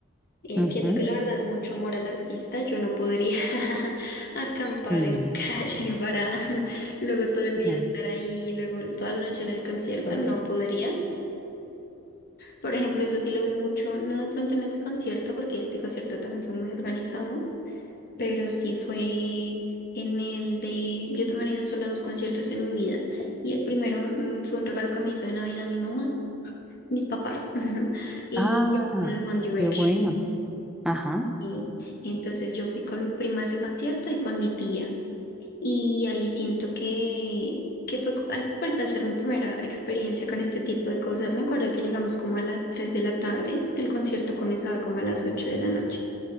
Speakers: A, on the left; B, in the centre.
A: Eh,
B: Ujú,
A: siento que la verdad es mucho amor al artista. Yo no podría <laughs> acampar
B: Sí.
A: en la calle para <laughs> luego todo el
B: no.
A: día estar ahí, luego toda la noche en el concierto. No podría. Por ejemplo, eso sí lo vi mucho, no de pronto en este concierto, porque este concierto también fue muy organizado pero sí fue en el de, yo también he ido solo a dos conciertos en mi vida y el primero mm, fue un regalo que me hizo de Navidad mi mamá, mis papás, <laughs> y
B: Ah,
A: que fue de One Direction.
B: qué bueno. Ajá.
A: Y entonces yo fui con mi prima a ese concierto y con mi tía y ahí siento que... que fue co- al, pues al ser mi primera experiencia con este tipo de cosas, me acuerdo que llegamos como a las 3 de la tarde, el concierto comenzaba como a las 8 de la noche